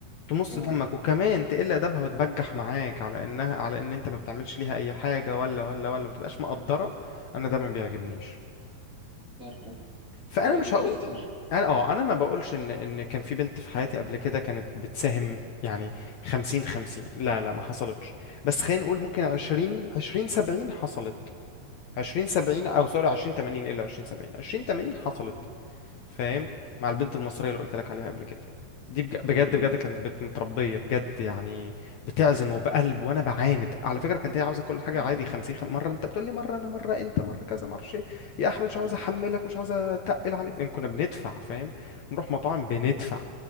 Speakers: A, on the left (about 70°); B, on the right (about 20°).
A: تمص
B: اه
A: دمك وكمان تقل ادبها وتبجح معاك على انها على ان انت ما بتعملش ليها اي حاجه ولا ولا ولا ما تبقاش مقدره انا ده ما بيعجبنيش
B: بره
A: فانا
B: والوقت
A: مش
B: يجي
A: هقول
B: كتير
A: انا اه انا ما بقولش ان ان كان في بنت في حياتي قبل كده كانت بتساهم يعني 50 50 لا لا ما حصلتش بس خلينا نقول ممكن 20 20 70 حصلت 20 70 او سوري 20 80 الا 20 70 20 80 حصلت
B: مم.
A: فاهم مع البنت المصرية
B: مم.
A: اللي قلت لك عليها قبل كده دي بج- بجد
B: مم.
A: بجد كانت بت- متربية بجد يعني بتعزم وبقلب وانا بعاند على فكرة كانت هي عاوزة كل حاجة
B: مم.
A: عادي 50 خم... مرة انت بتقول لي مرة انا مرة انت مرة كذا مرة ايه يا احمد مش
B: مم.
A: عاوز احملك مش عاوز اتقل عليك لان كنا بندفع فاهم بنروح مطاعم بندفع
B: مم.